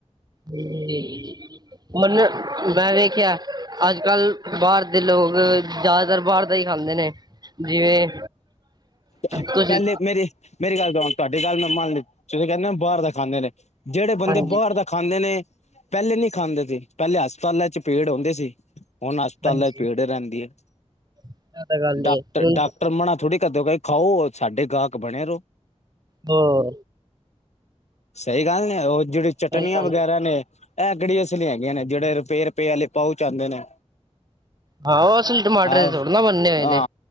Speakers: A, on the right; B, on the left.
A: ਹੂੰ, ਮਨ ਮੈਂ ਵੇਖੇਆ ਅਜ-ਕਲ ਬਾਰ ਦੇ ਲੋਕ ਜਾਦਾਤਰ ਬਾਰ ਦਾ ਈ ਖਾਂਦੇ ਨੇ। ਜਿਵੇਂ
B: ਪ
A: ਤੁਸੀਂ
B: ਪੈਲੇ ਮੇਰੀ, ਮੇਰੀ ਗੱਲ ਸੁਨ, ਤੁਆਡੀ ਗੱਲ ਮੈਂ ਮੰਨ ਲੀ, ਤੁਸੀ ਕੈਂਦੇਂ ਬਾਰ ਦਾ ਖਾਂਦੇ ਨੇ ਜੇੜੇ ਬੰਦੇ
A: ਹਾਂਜੀ
B: ਬਾਰ ਦਾ ਖਾਂਦੇ ਨੇ, ਪੈਲੇ ਨੀ ਖਾਂਦੇ ਸੀ, ਪੈਲੇ ਹਸਪਤਾਲਾਂ ਚ ਭੀੜ ਹੁੰਦੀ ਸੀ। ਹੁਨ ਹਸਪਤਾਲਾਂ
A: ਹਾਂਜੀ
B: ਚ ਭੀੜ ਰੈਂਦੀ ਏ,
A: ਇਹ ਤਾਂ ਗੱਲ ਏ
B: ਡਾਕਟਰ,
A: ਹੁਣ
B: ਡਾਕਟਰ ਮਨਾ ਥੋੜੀ ਕਰਦੇ ਪਏ ਖਾਓ, ਔਰ ਸਾਡੇ ਗਾਕ ਬਣੇ ਰੋ।
A: ਹੋਰ
B: ਸਈ ਗੱਲ ਨੀ ਐ, ਓ ਜੇੜੀ
A: ਸਹੀ
B: ਚਟਨੀਆਂ
A: ਗੱਲ
B: ਵਗੈਰਾ
A: ਏ
B: ਨੇ ਐ ਕੇੜੀ ਅਸਲੀ ਹੈਗੀਆਂ ਨੇ, ਜੇੜੇ ਰਪੈ-ਰਪੈ ਆਲੇ ਪਾਉਚ ਆਂਦੇ ਨੇ।
A: ਹਾ ਓ ਅਸਲੀ ਟਮਾਟਰ
B: ਆਹ
A: ਦੇ ਥੋੜੀ ਨਾ ਬੱਨੇ ਹੋਏ
B: ਹਾਂ
A: ਨੇ,